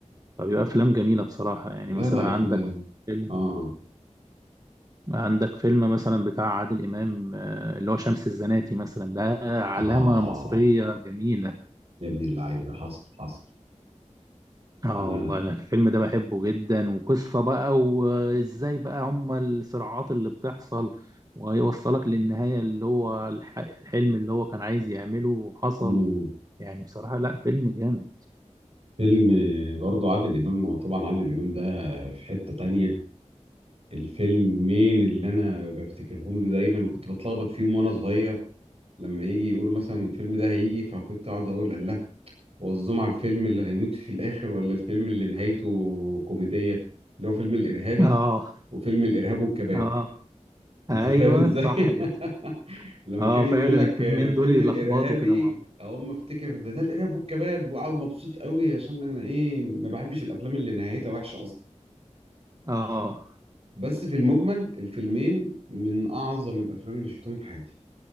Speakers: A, on the right (about 30°); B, on the right (about 55°).
A: فبيبقى أفلام جميلة بصراحة يعني
B: لا
A: مثلا
B: لا أفلام
A: عندك فيلم
B: آه
A: عندك فيلم مثلا بتاع عادل إمام آه، اللي هو شمس الزناتي مثلا ده علامة
B: آه
A: مصرية جميلة
B: يا ابن اللعيبة حصل حصل
A: اه
B: أنا
A: والله انا الفيلم ده بحبه جدا وقصة بقى وازاي بقى هما الصراعات اللي بتحصل وهيوصلك للنهاية اللي هو الح- الحلم اللي هو كان عايز يعمله وحصل
B: مم.
A: يعني بصراحة لا فيلم جامد
B: فيلم برضو عادل إمام هو طبعا عادل إمام ده في حتة تانية الفيلمين اللي أنا بفتكرهم له دايما وكنت بتلخبط فيهم وأنا صغير لما يجي يقولوا مثلا الفيلم ده هيجي فكنت أقعد أقول الله وظهم على الفيلم اللي هيموت في الآخر ولا الفيلم اللي نهايته كوميدية اللي هو فيلم الإرهابي
A: اه
B: وفيلم الإرهاب والكباب
A: اه
B: <laughs> أنت
A: ايوه
B: فاهم إزاي؟
A: صح كده
B: <laughs> لما
A: اه
B: كان يقول
A: فعلا
B: لك
A: الفيلمين
B: آه، فيلم
A: دول يلخبطوا
B: الإرهابي
A: كده مع بعض
B: أقوم أفتكر ده ده الإرهاب والكباب وأقعد مبسوط قوي عشان أنا إيه ما بحبش الأفلام اللي نهايتها وحشة أصلا
A: اه
B: بس في المجمل الفيلمين من أعظم الأفلام اللي شفتهم في حياتي